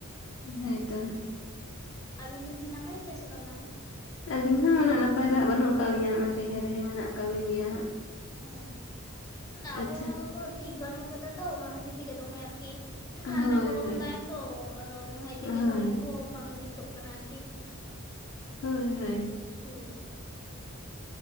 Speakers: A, on the left; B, on the left.
A: ᱦᱳᱭᱛᱚ
B: ᱟᱹᱵᱤᱱ ᱫᱚᱵᱤᱱ ᱱᱟᱯᱟᱭ ᱜᱮᱭᱟ ᱥᱮ ᱵᱟᱝᱟ?
A: ᱟᱹᱞᱤᱧ ᱦᱚᱸ ᱩᱱᱟᱹᱜ ᱱᱟᱯᱟᱭ ᱫᱚ ᱦᱟᱸᱜ ᱵᱟᱹᱱᱩᱜ ᱟᱠᱟᱫ ᱞᱤᱧᱟᱹ ᱱᱚᱜ ᱚᱭ ᱨᱮᱦᱮ ᱨᱮᱦᱮ ᱢᱮᱱᱟᱜ ᱟᱠᱟᱫ ᱞᱤᱧ ᱜᱮᱭᱟ ᱦᱟᱸᱜ
B: ᱚ ᱟᱵᱚᱦᱟᱣᱟ
A: ᱟᱪᱪᱷᱟ
B: ᱠᱚ ᱴᱷᱤᱠ ᱵᱟᱹᱱᱩᱜ ᱠᱟᱫᱟ ᱛᱚ ᱚᱱᱟ ᱠᱷᱟᱹᱛᱤᱨ ᱛᱮᱜᱮ ᱫᱚᱢᱮ ᱟᱨᱠᱤ ᱠᱤ ᱴᱷᱟᱱᱰᱟ
A: ᱦᱳᱭ
B: ᱜᱚᱨᱚᱢ
A: ᱦᱳᱭ
B: ᱫᱟᱭ ᱛᱚ ᱟᱫᱚ ᱦᱟᱡ ᱫᱮᱜᱮ
A: ᱦᱳᱭ
B: ᱦᱚᱲᱢᱚ ᱠᱚ ᱵᱟᱝ ᱡᱩᱛᱚᱜ ᱠᱟᱱᱟ ᱟᱨᱠᱤ
A: ᱦᱳᱭ ᱦᱳᱭ
B: ᱦᱳᱭ